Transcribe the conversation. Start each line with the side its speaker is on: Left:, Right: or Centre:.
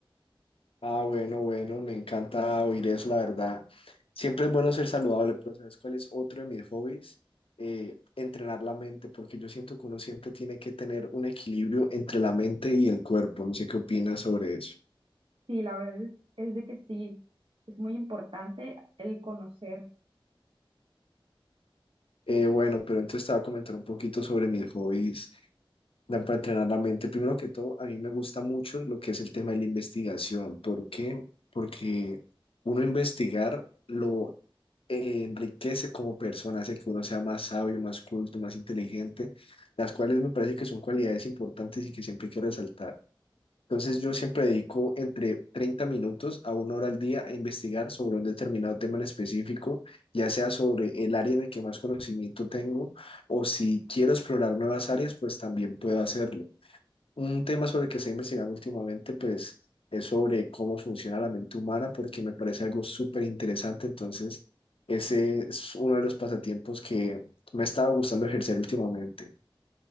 Left: Ah, bueno, bueno, me encanta oír eso, la verdad. Siempre es bueno ser saludable, pero ¿sabes cuál es otro de mis hobbies? Eh, entrenar la mente, porque yo siento que uno siempre tiene que tener un equilibrio entre la mente y el cuerpo. No sé qué opinas sobre eso.
Right: Sí, la verdad es, es de que sí, es muy importante el conocer.
Left: Eh, bueno, pero entonces te voy a comentar un poquito sobre mis hobbies. Dan para entrenar la mente. Primero que todo, a mí me gusta mucho lo que es el tema de la investigación. ¿Por qué? Porque uno investigar lo eh, enriquece como persona, hace que uno sea más sabio, más culto, más inteligente, las cuales me parece que son cualidades importantes y que siempre quiero resaltar. Entonces, yo siempre dedico entre 30 minutos a una hora al día a investigar sobre un determinado tema en específico, ya sea sobre el área en el que más conocimiento tengo o si quiero explorar nuevas áreas, pues también puedo hacerlo. Un tema sobre el que se ha investigado últimamente, pues, es sobre cómo funciona la mente humana, porque me parece algo súper interesante. Entonces, ese es uno de los pasatiempos que me estaba gustando ejercer últimamente.